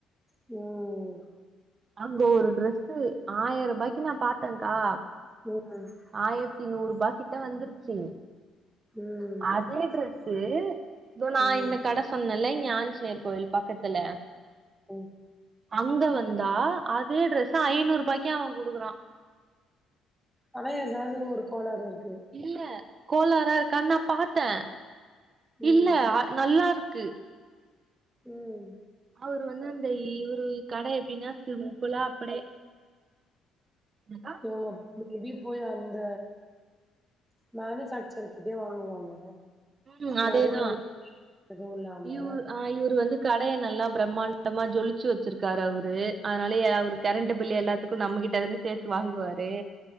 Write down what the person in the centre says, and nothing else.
ம்
ம்
ம் ம்
ம்
ம்
ஆனா எதாவ்து ஒரு கோளாறு இருக்கு
ம்
ம்
போனம் மேபி போய் அந்த மேனிஃபேக்ச்சர் கிட்டே வாங்குவாங்க
நடுவுல எதுவு இல்லாம